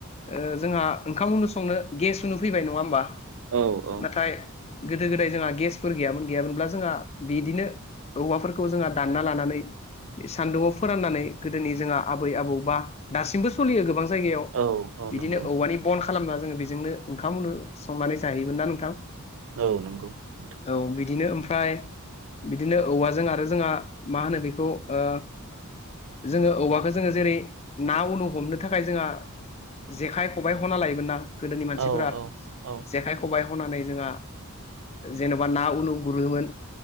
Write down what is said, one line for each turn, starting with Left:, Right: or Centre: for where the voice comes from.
Left: ओ जोंहा ओंखाम संनो गेस जोङो फैबाय नङा होमबा?
Right: औ औ
Left: नाथाय गोदो गोदाय जोंहा गेसफोर गैयामोन गैयामोनब्ला जोंहा बेदिनो। औवाफोरखौ जोंहा दानना लानानै। सान्दुङाव फोराननानै गोदोनि जोंहा आबै आबौ बा दासिमबो सलियो गोबां जायगायाव
Right: औ औ
Left: बिदिनो
Right: नंगौ
Left: औवानि बन खालामना जोङो बेजोंनो ओंखामनो संनानै जाहैयोमोन ना नोंथां
Right: औ नंगौ नोंथां
Left: औ बिदिनो ओमफ्राय बिदिनो औवाजों आरो जोंहा मा होनो बेखौ ओ जोङो औवाखो जोङो जेरै ना उनु हमनो थाखाय जोंहा जेखाइ खबाइ हना लायोमोन ना गोदोनि मानसिफोरा
Right: औ औ औ
Left: जेखाइ खबाइ हनानै जोंहा जेन'बा ना उनु गुरोमोन।